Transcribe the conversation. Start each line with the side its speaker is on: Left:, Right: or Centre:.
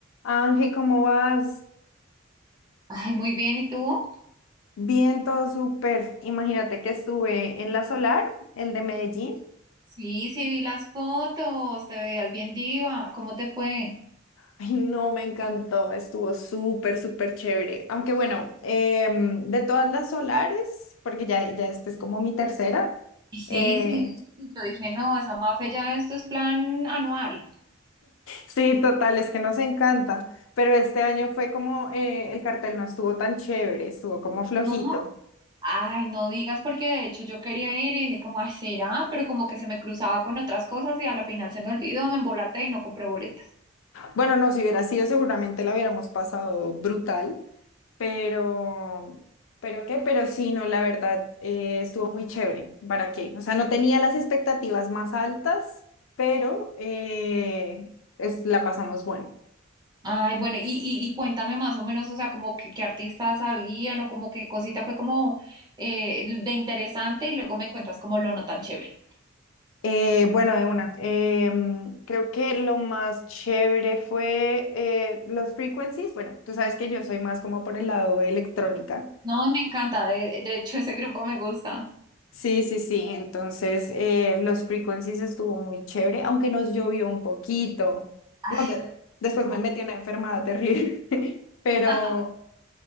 Left: Ángel, ¿cómo vas?
Right: Ay, muy bien, ¿y tú?
Left: Bien, todo súper. Imagínate que estuve en la Solar, el de Medellín. <laughs>
Right: Sí, sí, vi las fotos, te veías bien diva, ¿cómo te fue?
Left: Ay, no, me encantó, estuvo súper, súper chévere. Aunque bueno, em, de todas las solares, porque ya, ya esta es como mi tercera.
Right: Sí,
Left: eh,
Right: sí. Yo dije, no, esa Mafe ya esto es plan anual.
Left: sí, total, es que nos encanta. Pero este año fue como eh, el cartel no estuvo tan chévere, estuvo como flojito.
Right: No, Ay, no digas, porque de hecho yo quería ir y dije, como, ay, será, pero como que se me cruzaba con otras cosas y a la final se me olvidó, me embolaté y no compré boletas.
Left: Bueno, no, si hubiera sido, seguramente la hubiéramos pasado brutal. Pero, pero qué, pero sí, no, la verdad, eh, estuvo muy chévere. ¿Para qué? O sea, no tenía las expectativas más altas, pero eh, es, la pasamos bueno.
Right: Ay, bueno, y, y, y cuéntame más o menos, o sea, como que qué artistas habían o como qué cosita fue como eh, de interesante y luego me cuentas como lo no tan chévere.
Left: Eh, bueno, de una. em, creo que lo más chévere fue eh, los frequencies. Bueno, tú sabes que yo soy más como por el lado de electrónica.
Right: No, me encanta, de, de hecho ese grupo me gusta.
Left: Sí, sí, sí. Entonces, eh, los frequencies estuvo muy chévere, aunque nos llovió un poquito. No,
Right: Ay,
Left: de- después
Right: no.
Left: me metí una enfermada terrible, <laughs> pero,
Right: <laughs>